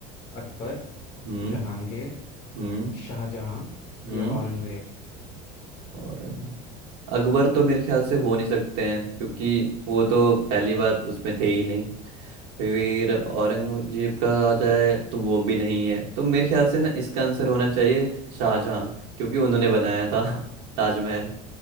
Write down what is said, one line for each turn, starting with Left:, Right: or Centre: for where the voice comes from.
Left: अकबर
Right: हम्म
Left: जहांगीर
Right: हम्म
Left: शाहजहां
Right: हम्म,
Left: या औरंगजेब
Right: और अकबर तो मेरे ख्याल से हो नहीं सकते हैं क्योंकि वो तो पहली बात उसमें थे ही नहीं फिर औरंगजेब का आ जाए तो वो भी नहीं है तो मेरे ख्याल से ना इसका आंसर होना चाहिए शाहजहां क्योंकि उन्होंने बनाया था <laughs> ताजमहल